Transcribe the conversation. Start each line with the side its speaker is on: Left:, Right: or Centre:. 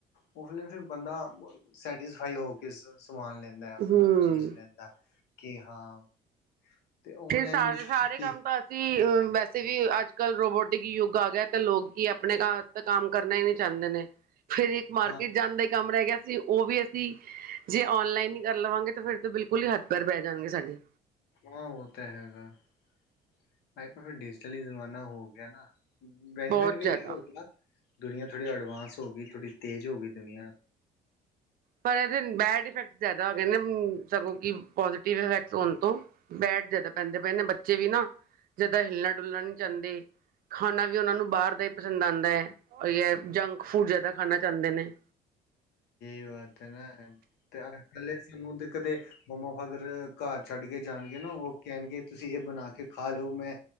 Left: ਉਹ ਔਫਲਾਈਨ ਤੇ ਬੰਦਾ ਸੈਟਿਸਫਾਈ ਹੋ ਕੇ। ਸਮਾਨ ਲੈਂਦਾ ਹੈ ਆਪਣਾ
Right: ਹਮ
Left: ਚੀਜ਼ ਲੈਂਦਾ। ਕਿ ਹਾਂ। ਤੇ ਔਨਲਾਈਨ
Right: ਫੇਰ ਸਾਰੇ ਸਾਰੇ
Left: ਕੀ
Right: ਕੰਮ ਤਾਂ ਅਸੀਂ ਅ। ਵੈਸੇ ਵੀ ਅੱਜ ਕੱਲ੍ਹ ਰੋਬੋਟਿਕ ਯੁੱਗ ਆ ਗਿਆ ਤੇ ਲੋਕੀ ਆਪਣੇ ਘਰ ਦਾ ਕੰਮ ਕਰਨਾ ਹੀ ਨਹੀ ਚਾਹੁੰਦੇ ਨੇ। ਫੇਰ ਇੱਕ ਮਾਰਕੀਟ
Left: ਹਾਂ
Right: ਜਾਣ ਦਾ ਕੰਮ। ਉਹ ਰਹਿ ਗਿਆ ਸੀ ਉਹ ਵੀ ਅਸੀਂ ਜੇ ਔਨਲਾਈਨ ਹੀ ਕਰ ਲਵਾਂਗੇ ਤਾਂ ਫੇਰ ਤੇ ਬਿਲਕੁਲ ਹੀ ਹੱਥ ਪੈਰ ਬਹਿ ਜਾਣਗੇ ਸਾਡੇ।
Left: ਹਾਂ ਉਹ ਤਾਂ ਹੈਗਾ ਹੈ ਅੱਜ ਕੱਲ ਫਿਰ ਡਿਜੀਟਲ ਜ਼ਮਾਨਾ ਹੋ ਗਿਆ ਨਾ? ਬੈਨੀਫਿਟ
Right: ਬਹੁਤ
Left: ਵੀ
Right: ਜ਼ਿਆਦਾ
Left: ਹੈਗਾ ਹੈ ਉਹਦੇ ਨਾ। ਦੁਨੀਆਂ ਥੋੜ੍ਹੀ ਐਡਵਸ ਹੋ ਗਈ ਥੋੜੀ। ਤੇਜ਼ ਹੋ ਗਈ ਦੁਨੀਆਂ।
Right: ਪਰ ਇਹਦੇ ਬੈਡ ਇਫੈਕਟ ਜ਼ਿਆਦਾ ਹੋ ਗਏ ਹੂੰ ਸਗੋਂ। ਕਿ ਪੋਜ਼ਟਿਵ ਇਫੈਕਟ ਹੋਣ ਤੋਂ ਬੈਡ ਜ਼ਿਆਦਾ ਪੈਂਦੇ ਪਏ ਨੇ ਬੱਚੇ ਵੀ ਨਾ ਜਿਆਦਾ ਹਿੱਲਣ ਡੁਲਣ ਨਹੀਂ ਜਾਦੇ ਖਾਣਾ ਵੀ ਉਹਨਾਂ ਨੂੰ ਬਾਹਰ ਦਾ ਹੀ ਪਸੰਦ ਆਉਂਦਾ ਹੈ। ਉਹੀ ਹੈਂ ਜੰਕ ਫੂਡ ਜਿਆਦਾ ਖਾਣਾ ਚਾਹੁੰਦੇ ਨੇ?
Left: ਜਵਾਕ ਤਾਂ ਨਾ ਤੇ ਹਰ ਕਲੇਸ਼ੀ ਮੂੰਹ ਦੇ। ਕਦੇ ਮੰਮਾ ਫਾਦਰ ਘਰ ਛੱਡ ਕੇ ਜਾਣਗੇ ਨਾ ਉਹ ਕਹਿਣਗੇ ਤੁਸੀਂ ਇਹ ਬਣਾ ਕੇ ਖਾ ਲੋ ਮੈਂ